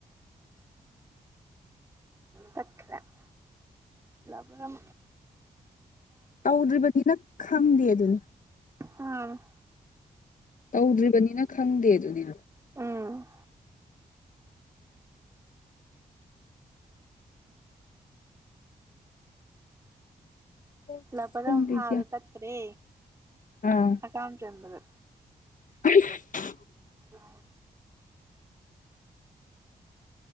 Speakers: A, on the right; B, on the left.
A: ꯇꯠꯈꯂꯦ ꯂꯥꯕꯔꯝ
B: ꯇꯧꯗ꯭ꯔꯤꯕꯅꯤꯅ ꯈꯪꯗꯦ ꯑꯗꯨꯅꯤ
A: ꯎꯝ
B: ꯇꯧꯗ꯭ꯔꯤꯕꯅꯤꯅ ꯈꯪꯗꯦ ꯑꯗꯨꯅꯦ
A: ꯎꯝ
B: ꯍꯥꯏꯕ
A: ꯂꯄꯔ
B: ꯈꯪꯗꯦ
A: ꯑꯃ ꯐꯥꯕ
B: ꯒ꯭ꯌꯥꯟ
A: ꯇꯠꯈ꯭ꯔꯦ
B: ꯑꯥ
A: ꯍꯀꯥꯝ ꯆꯟꯕꯗ
B: <unintelligible>
A: ꯎ